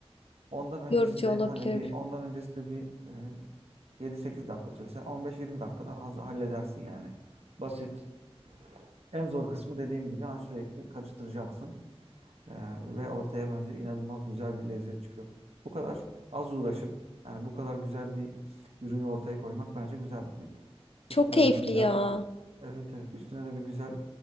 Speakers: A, on the right; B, on the left.
A: Ondan öncesi
B: yorucu
A: de
B: olabilir.
A: hani bir ondan öncesi de bir e, 7-8 dakika sürse 15-20 dakikada az halledersin yani. Basit. En zor kısmı dediğim gibi hani sürekli karıştıracaksın. E, ve ortaya bence inanılmaz güzel bir lezzet çıkıyor. Bu kadar az uğraşıp yani bu kadar güzel bir ürünü ortaya koymak bence güzel bir duygu.
B: Çok
A: Üstüne
B: keyifli
A: de bir güzel
B: ya.
A: Evet evet üstüne de bir güzel